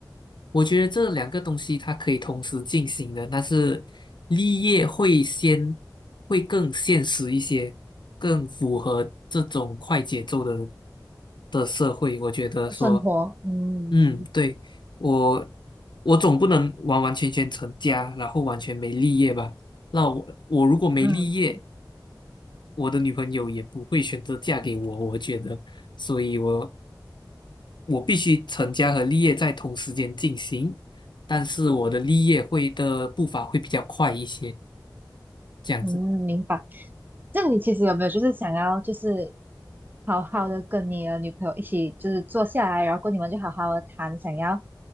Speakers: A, on the left (about 80°); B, on the right (about 25°).
A: 我觉得这两个东西它可以同时进行的，但是立业会先会更现实一些，更符合这种快节奏的的社会。我觉得说，
B: 生活，嗯
A: 嗯，对，我我总不能完完全全成家，然后完全没立业吧？那我我如果没立业，
B: 嗯
A: 我的女朋友也不会选择嫁给我，我觉得，所以我我必须成家和立业在同时间进行，但是我的立业会的步伐会比较快一些，这样子。
B: 嗯，明白。那你其实有没有就是想要就是好好的跟你的女朋友一起就是坐下来，然后跟你们就好好的谈，想要